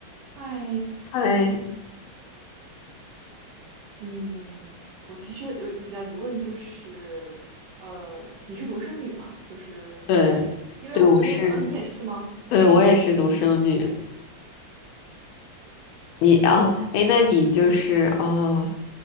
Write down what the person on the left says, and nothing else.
嗨，
对，
对，我是，
对，我也是独生女。你哦，哎，那你就是哦，